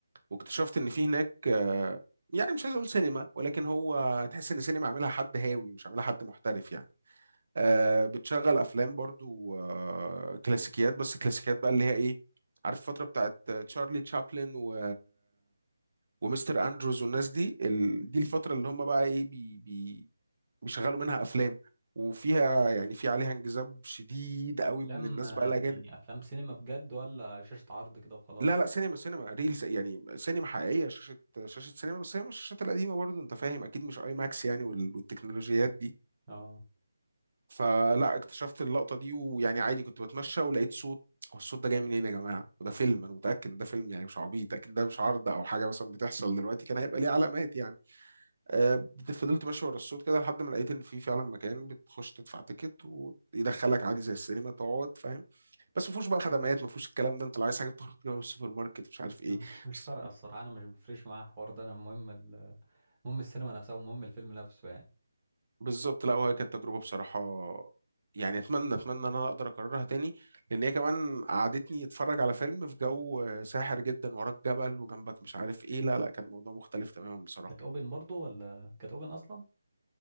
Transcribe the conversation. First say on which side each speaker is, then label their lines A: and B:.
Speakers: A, on the right (about 55°); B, on the right (about 25°).
A: واكتشفت ان في هناك آه، يعني مش عايز اقول سينما ولكن هو تحس ان سينما عاملها حد هاوي مش عاملها حد محترف يعني آه،
B: مم.
A: بتشغل افلام برضو آه، كلاسيكيات بس كلاسيكيات بقى اللي هي ايه عارف الفترة بتاعت تشارلي تشابلن و ومستر اندروز والناس دي ال... دي الفتره اللي هم بقى ايه بي... بي... بيشغلوا منها افلام وفيها يعني في عليها انجذاب شديد قوي
B: افلام
A: من الناس
B: آه،
A: بقى الاجانب
B: يعني افلام سينما بجد ولا شاشه عرض كده وخلاص
A: لا لا سينما سينما ريلز يعني سينما حقيقيه شاشه شاشه سينما بس هي مش الشاشات القديمه برضه انت فاهم اكيد مش اي ماكس يعني وال... والتكنولوجيات دي
B: اه
A: فلا اكتشفت اللقطه دي ويعني عادي كنت بتمشى ولقيت صوت هو الصوت ده جاي منين يا جماعه وده فيلم انا متاكد ان ده فيلم يعني مش عبيط اكيد ده مش عرض او حاجه مثلا بتحصل دلوقتي كان هيبقى ليه علامات يعني آه، فضلت ماشي ورا الصوت كده لحد ما لقيت ان في فعلا مكان بتخش تدفع تيكت ويدخلك عادي زي السينما تقعد فاهم بس ما فيهوش بقى خدمات ما فيهوش الكلام ده انت لو عايز حاجه بتخرج تجيبها من السوبر ماركت مش عارف ايه
B: انا مش مش
A: بس-
B: فارقه الصراحه انا مش مفرش معايا الحوار ده انا المهم ال- المهم السينما نفسها ومهم الفيلم نفسه يعني
A: بالظبط لا وهي كانت تجربه بصراحه يعني اتمنى اتمنى ان انا اقدر اكررها تاني لان هي كمان قعدتني اتفرج على فيلم في جو ساحر جدا وراك جبل وجنبك مش عارف ايه لا لا كان موضوع مختلف تماما بصراحه
B: كانت اوبن برضو ولا كانت اوبن اصلا